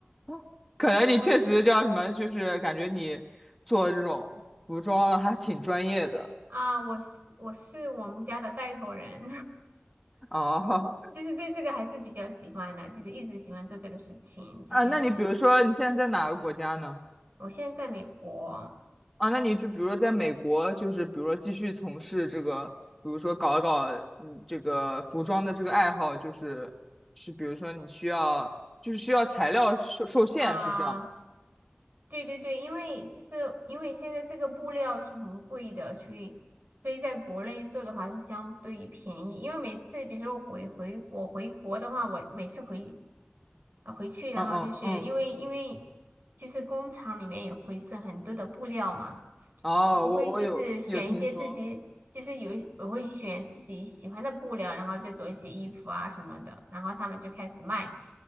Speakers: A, in the centre; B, on the right.
A: <laughs> 可能你确实叫什么，
B: 我
A: 就是感觉你做这种服装还挺专业的
B: 啊，我是我是我们家的带头人，
A: 哦。
B: <laughs> 就是对这个还是比较喜欢的，就是一直喜欢做这个事情。
A: <laughs>
B: 就是
A: 啊，那你比如说你现在在哪个国家呢？
B: 我现在在美国
A: 啊，那你就比如说在美国，就是比如说继续从事这个，比如说搞一搞嗯这个服装的这个爱好，就是是比如说你需要就是需要材料受受限，
B: 啊。
A: 是这样吗？
B: 对对对，因为就是因为现在这个布料是很贵的，所以所以在国内做的话是相对便宜。因为每次，比如说我回回我回国的话，我每次回啊回去，然后就是因为因为就是工厂里面也会剩很多的布料嘛，
A: 嗯嗯嗯，哦，
B: 我会就是选一些自己就是有我会选自己喜欢的布料，
A: 我我有有听说。
B: 然后再做一些衣服啊什么的，然后他们就开始卖，